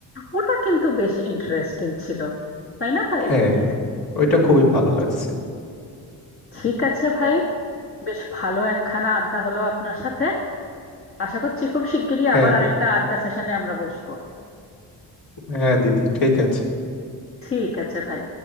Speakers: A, on the left; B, on the left.
A: ওটা কিন্তু বেশ ইন্টারেস্টিং ছিল তাই না ভাই
B: হ্যাঁ হ্যাঁ ওইটা খুবই ভালো লাগছে
A: ঠিক আছে ভাই বেশ ভালো একখানা আড্ডা হলো আপনার সাথে আশা করছি খুব শিগগিরই
B: হ্যাঁ
A: আবার আরেকটা আড্ডা সেশনে আমরা বসবো
B: হ্যাঁ দিদি ঠিক আছে
A: ঠিক আছে ভাই